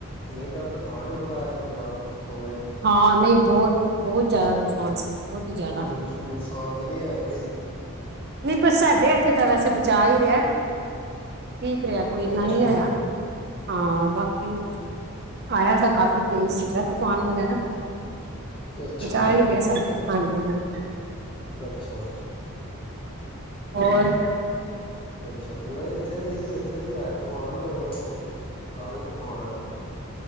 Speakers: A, on the left (about 25°); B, on the right (about 45°).
A: ਨਹੀਂ ਕੱਲ ਤੂਫਾਨ ਹੀ ਬੜਾ ਆਇਆ ਪੰਜਾਬ ਸੁਣਿਆ
B: ਹਾਂ ਨਹੀਂ ਬਹੁਤ ਬਹੁਤ ਜ਼ਿਆਦਾ ਤੂਫ਼ਾਨ ਬਹੁਤ ਹੀ ਜ਼ਿਆਦਾ
A: ਨੁਕਸ ਨੁਕਸਾਨ ਤਾਂ ਨਹੀਂ ਆਇਆ ਕੋਈ
B: ਨਹੀਂ ਪਰ ਸਾਡੇ ਇਥੇ ਤਾਂ ਵੈਸੇ ਬਚਾਅ ਹੀ ਰਿਹਾ ਠੀਕ ਰਿਹਾ ਕੋਈ ਇੰਨਾ
A: ਅੱਛਾ
B: ਨੀ ਹੋਇਆ ਹਾਂ ਬਾਕੀ ਆਇਆ ਤਾਂ ਕਾਫੀ ਤੇਜ਼ ਸੀਗਾ ਤੂੰਫੋਾਨ ਵਗੈਰਾ
A: ਅੱਛਾ
B: ਬਚਾ ਹੀ ਰਿਹਾ ਸਾਡੇ ਹਾਂਜੀ ਹਜੀ
A: ਅੱਛਾ
B: ਹੋਰ
A: ਅੱਛਾਾ ਨਹੀਂ ਇੱਥੇ ਵੀ ਹੀ ਇੱਥੇ ਵੀ ਹੈ ਤੂਫਾਨ ਉਹ ਕਾਫ਼ੀ ਤੂਫਾਨ ਹੈ